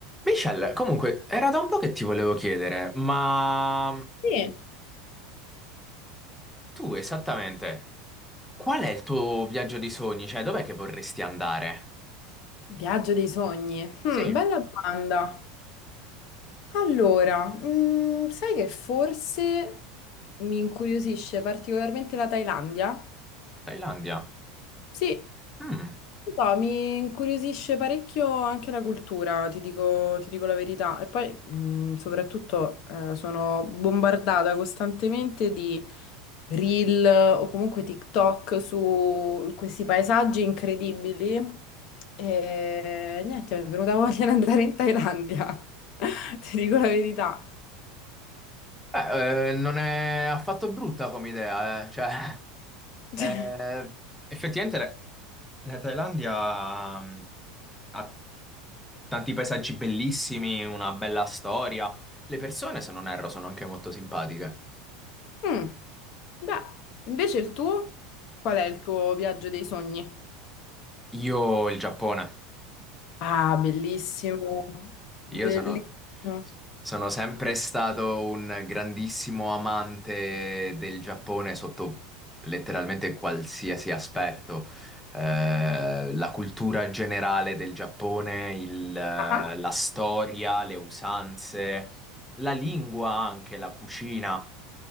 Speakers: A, in the centre; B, on the left (about 50°).
A: Michelle, comunque, era da un po' che ti volevo chiedere, ma
B: Sì,
A: tu esattamente qual è il tuo viaggio di sogni? Cioè, dov'è che vorresti andare?
B: viaggio dei sogni. Mm,
A: Sì,
B: bella domanda. Allora, mm, sai che forse mi incuriosisce particolarmente la Thailandia?
A: Thailandia.
B: Sì,
A: Mm.
B: non so, mi incuriosisce parecchio anche la cultura, ti dico, ti dico la verità. E poi, mh, soprattutto, eh, sono bombardata costantemente di reel o comunque TikTok su questi paesaggi incredibili. E niente, mi è venuta voglia di andare in Thailandia, <laughs> ti dico la verità.
A: Beh, eh, non è affatto brutta come idea, eh. Cioè,
B: <laughs>
A: <laughs> eh, effettivamente le- la Thailandia mm, ha tanti paesaggi bellissimi, una bella storia. Le persone, se non erro, sono anche molto simpatiche.
B: Mm, Beh, invece il tuo? Qual è il tuo viaggio dei sogni?
A: Io il Giappone.
B: Ah, bellissimo,
A: Io
B: bellissimo.
A: sono, sono sempre stato un grandissimo amante del Giappone sotto letteralmente qualsiasi aspetto. Eh, la cultura generale del Giappone, il, eh,
B: Ah.
A: la storia, le usanze, la lingua anche, la cucina.